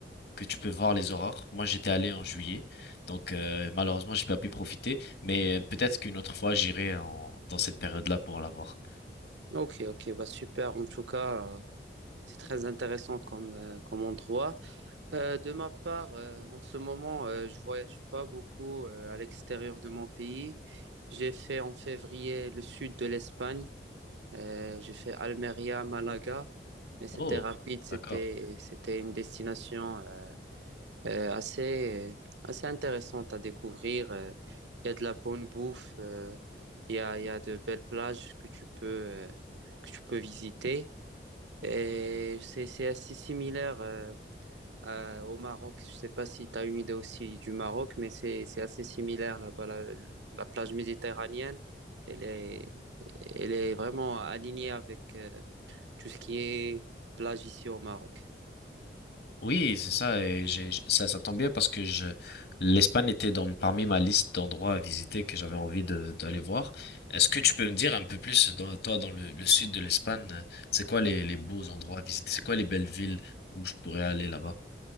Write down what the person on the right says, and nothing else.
Ok, ok, bah super. En tout cas, euh, c'est très intéressant comme, euh, comme endroit. Euh, de ma part, euh, en ce moment, euh, je voyage pas beaucoup euh, à l'extérieur de mon pays. J'ai fait en février le sud de l'Espagne. Euh, j'ai fait Almeria, Malaga, mais c'était
rapide, c'était
c'était une destination euh, euh, assez assez intéressante à découvrir. Euh, Il y a de la bonne bouffe, euh, il y a il y a de belles plages que tu peux euh, que tu peux visiter et c'est c'est assez similaire euh, à- au Maroc. Je sais pas si tu as une idée aussi du Maroc, mais c'est c'est assez similaire là-bas la, la plage méditerranéenne. Elle est, elle est vraiment alignée avec, euh, tout ce qui est plage ici au Maroc.